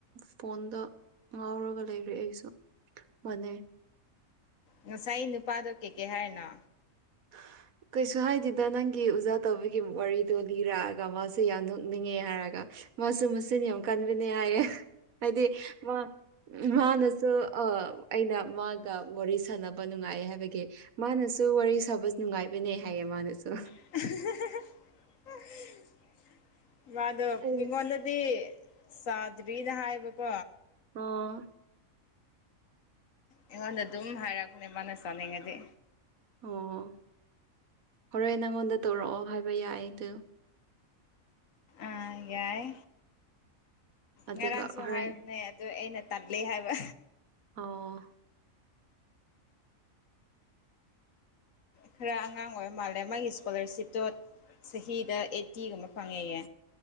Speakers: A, on the right; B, on the left.
A: ꯐꯣꯟꯗ ꯉꯥꯎꯔꯒ ꯂꯩꯔꯦ ꯑꯩꯁꯨ ꯃꯥꯅꯦ
B: ꯉꯁꯥꯏ ꯅꯨꯄꯥꯗꯣ ꯀꯩꯀꯩ ꯍꯥꯏꯅꯣ
A: <unintelligible> ꯀꯩꯁꯨ ꯍꯥꯏꯗꯦꯗ ꯅꯪꯒꯤ ꯑꯣꯖꯥ ꯇꯧꯕꯒꯤ ꯋꯥꯔꯤꯗꯣ ꯂꯤꯔꯛꯑꯒ ꯃꯥꯁꯦ ꯌꯥꯝ ꯅꯣꯛꯅꯤꯡꯉꯦ ꯍꯥꯏꯔꯒ ꯃꯥꯁꯨ ꯃꯆꯤꯟ ꯌꯥꯝ ꯀꯟꯕꯅꯦ ꯍꯥꯏꯌꯦ ꯍꯥꯏꯗꯤ ꯃꯥ ꯃꯥꯅꯁꯨ ꯑ ꯑꯩꯅ ꯃꯥꯒ ꯋꯥꯔꯤ ꯁꯥꯟꯅꯕ ꯅꯨꯡꯉꯥꯏ ꯍꯥꯏꯕꯒꯤ ꯃꯥꯅꯁꯨ ꯋꯥꯔꯤ ꯁꯥꯕꯁ ꯅꯨꯡꯉꯥꯏꯕꯅꯦ ꯍꯥꯏꯌꯦ ꯃꯥꯅꯁꯨ
B: <unintelligible> ꯃꯥꯗꯣ
A: ꯑꯩꯅ
B: ꯃꯤꯉꯣꯟꯗꯗꯤ ꯆꯥꯗ꯭ꯔꯤꯅ ꯍꯥꯏꯕꯀꯣ
A: ꯑꯣ
B: ꯑꯩꯉꯣꯟꯗ ꯑꯗꯨꯝ ꯍꯥꯏꯔꯛꯄꯅꯦ ꯃꯥꯅ ꯆꯥꯅꯤꯡꯉꯗꯤ꯫
A: ꯑꯣ ꯍꯣꯔꯣꯏ ꯅꯪꯉꯣꯟꯗ ꯇꯧꯔꯛꯑꯣ ꯍꯥꯏꯕ ꯌꯥꯏ ꯑꯗꯨ
B: ꯑ ꯌꯥꯏ
A: ꯑꯗꯨꯒ
B: ꯉꯔꯥꯡ ꯁꯣꯍꯥꯏꯅꯦ꯫
A: ꯍꯣꯔꯦꯟ
B: ꯑꯗꯣ ꯑꯩꯅ ꯇꯜꯜꯂꯤ ꯍꯥꯏꯕ
A: ꯑꯣ
B: ꯈꯔ ꯑꯉꯥꯡ ꯑꯣꯏꯕ ꯃꯥꯜꯂꯦ ꯃꯥꯒꯤ ꯏꯁꯀꯣꯂꯥꯔꯁꯤꯞꯇꯣ ꯆꯍꯤꯗ ꯑꯩꯠꯇꯤꯒꯨꯝꯕ ꯐꯪꯉꯦꯌꯦ꯫